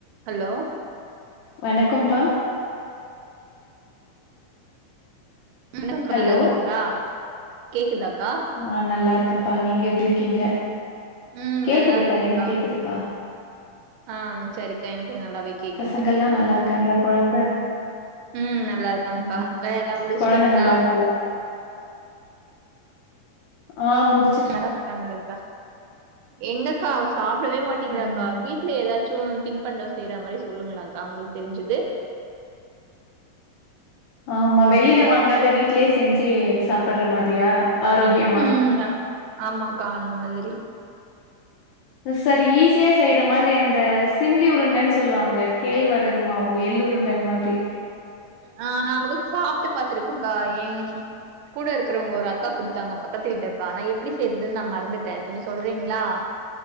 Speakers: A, on the right; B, on the left.
A: Hello
B: வணக்கம்பா
A: சொல்லுங்கா
B: ஹலோ
A: நல்லா இருக்கீங்களா கேக்குதாக்கா
B: ஆ நல்லா இருக்கப்பா நீங்க எப்டி இருக்கீங்க
A: ம்
B: கேக்குதுப்பா
A: நல்லா இருக்கேன்க்கா
B: எனக்கு கேக்குதுப்பா
A: ஆ சரிக்கா எனக்கு நல்லாவே கேக்குது
B: பசங்கல்லா நல்லா இருக்காங்களா கொழந்த
A: ம் நல்லா இருக்காங்கக்கா
B: ம்
A: வேல எல்லா முடிச்சுட்டீங்களா
B: கொழந்த நல்லா இருக்காளா? ஆ முடி
A: நல்லா இருக்காங்களக்கா எங்கக்கா அவ சாப்டவே மாட்டிங்குறாக்கா
B: ம்
A: வீட் டுல ஏதாச்சு திங்க் பண்ட செய்ற மாரி சொல்லுங்களேங்க்கா உங்களுக்கு தெரிஞ்சது
B: ஆமா வெளில வாங்காத வீட்லயே செஞ்சு சாப்புடுற மாதியா ஆரோக்கியமா
A: ம் ஆமாக்கா அந்த மாதிரி
B: சரி ஈஸியா செய்ற மாரி அந்த சிம்ளி உருண்டன்னு சொல்லுவாங்க கேழ்வரகு மாவு எள்ளுருண்டன்னு மா ரி
A: ஆ நா கூட சாப்ட்டு பாத்திருக்கேக்கா ஏ கூட இருக்கறவங்க ஒரு அக்கா குடுத்தாங்க பக்கத்து வீட்டு அக்கா ஆனா எபபடி செய்றதுன் நா மறந்துட்டே கொஞ்சொ சொல்றீங்களா